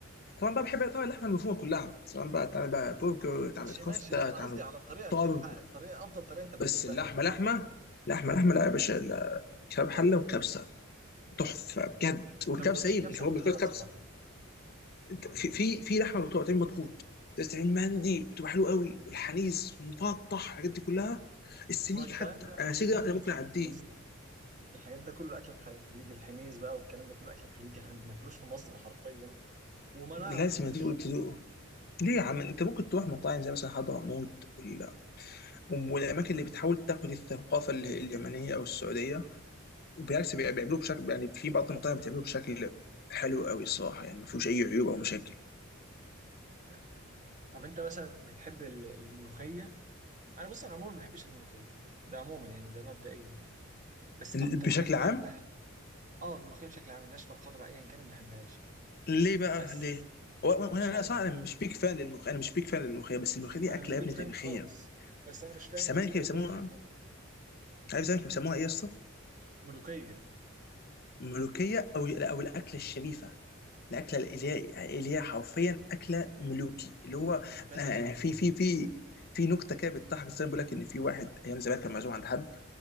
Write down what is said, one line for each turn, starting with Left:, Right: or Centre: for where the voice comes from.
Left: طبعا بقى بحب طبعا اللحمه المفرومه كلها سواء بقى تعمل بقى برجر
Right: ماشي
Left: تعمل كفته
Right: ماشي لا انا
Left: تعمل
Right: قصدي على الطريقه اللي
Left: طرب
Right: تلحق الطريقه افضل طريقه انت بتحبها
Left: بس اللحمه
Right: يعني
Left: لحمه
Right: بس
Left: لحمه لحمه لا
Right: امم
Left: يا باشا لا. كباب حله وكبسه تحفه بجد والكبسه
Right: انا ما دوتش
Left: ايه
Right: الكبسه
Left: مش هو
Right: قبل
Left: بالكبسه
Right: كده بصراحه
Left: كبسه انت في في في لحمه بتبقى بتعمل مضغوط بتعمل مندي بتبقى حلوه قوي والحنيذ مفتح الحاجات دي كلها السليك
Right: ما هو الكلام
Left: حتى
Right: ده
Left: انا
Right: اكل
Left: سيجا
Right: اكل
Left: انا ممكن
Right: خليجي
Left: اعديه
Right: يا اسطى الحاجات ده كله اكل خ- خليجي الحنيز بقى والكلام ده كله اكل خليجي احنا ما بناكلوش في مصر حرفيا وما
Left: لازم
Right: نعرفوش
Left: تدوق تدوق ليه يا عم انت ممكن تروح مطاعم زي مثلا حضرموت ولا والاماكن اللي بتحاول تاخد الثقافه ال- اليمنيه او السعوديه وبالعكس
Right: مم.
Left: بي- بيعملوه بشكل يعني في بعض المطاعم بتعمله بشكل حلو قوي الصراحه يعني ما فيهوش اي عيوب او مشاكل
Right: آه، طب انت مثلا بتحب ال- الملوخيه انا بص انا عموما ما بحبش الملوخيه ده عموما يعني ده مبدئيا يعني بس
Left: ال-
Right: اكتر
Left: بشكل
Right: حاجه بحبها
Left: عام
Right: اه الملوخيه بشكل عام الناشفه الخضراء ايا كان ما بحبهاش يعني
Left: ليه بقى
Right: بس
Left: ليه و- و- وانا
Right: مش
Left: انا
Right: عارف
Left: صراحه انا مش بيك فان للملوخيه انا مش بيك فان للملوخيه بس الملوخيه دي
Right: ما انا
Left: اكله
Right: مش بيك
Left: يا ابني
Right: فان
Left: تاريخيه
Right: خالص بس انا مش فاهم
Left: زمان
Right: ليه
Left: كانوا
Right: ان
Left: بيسموها
Right: هم بيحبوها
Left: عارف زمان كانوا بيسموها ايه يا اسطى؟
Right: ملوخيه
Left: ملوكيه او او الاكله الشريفه الاكله اللي هي اللي هي حرفيا اكله ملوكي اللي هو
Right: بتاعت
Left: انا
Right: الملوك
Left: أنا في
Right: اه
Left: في في في نكته كده بتضحك زي ما بقول لك ان في واحد ايام زمان كان معزوم عند حد